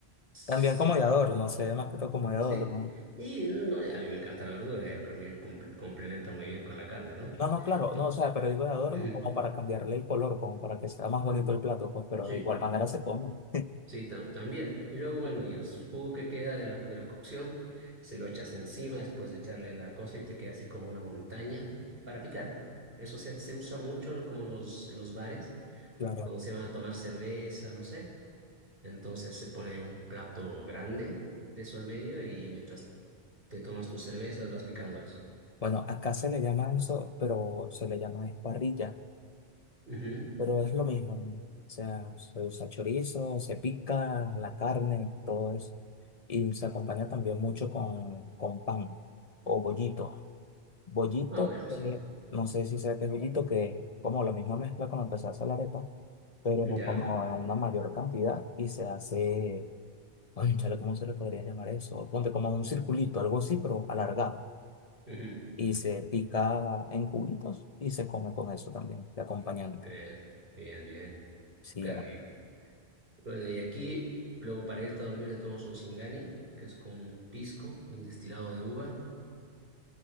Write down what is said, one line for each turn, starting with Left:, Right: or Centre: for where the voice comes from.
Right: sí
Left: También como de adorno, sé, más que todo como de
Right: Sí.
Left: adorno.
Right: Y no, a mí me encanta la verdura, eh, pero me com- complementa muy bien con la carne, ¿no?
Left: No, no, claro,
Right: To-
Left: no, o sea, pero digo de adorno
Right: Ujú.
Left: como para cambiarle el color, como para que sea más bonito el plato, pues, pero
Right: Sí,
Left: de igual manera se come.
Right: sí, ta- también. Y luego, bueno, y el jugo que queda de la, de la cocción, se lo echas encima después de echarle la cosa y te queda así como una montaña para picar. Eso se, se usa mucho en como en los, en los bares,
Left: Claro.
Right: cuando se van a tomar cerveza, no sé. Entonces se pone ahí un plato grande de eso al medio y mientras te tomas tus cervezas vas picando eso.
Left: Bueno, acá se le llama eso, pero se le llama esparrilla,
Right: Ujú.
Left: pero es lo mismo, hermano. O sea, se usa chorizo, se pica la carne, todo eso. Y se acompaña también mucho con, con pan o bollito. Bollito,
Right: Ah, bueno,
Left: eh,
Right: sí.
Left: no sé si sea que es bollito, que es como la misma mezcla con la que se hace la arepa, pero
Right: Ya.
Left: como en una mayor cantidad y se hace Cónchale, ¿cómo se le podría llamar eso? Ponte como un circulito, algo así, pero alargado.
Right: Ujú. <laughs>
Left: Y se pica en cubitos y se come con eso también, de acompañante.
Right: Eh, bien, bien.
Left: Sí,
Right: Claro,
Left: era
Right: y bueno, y aquí, luego para irte a dormir te tomas un Singani, que es como un pisco, un destilado de uva.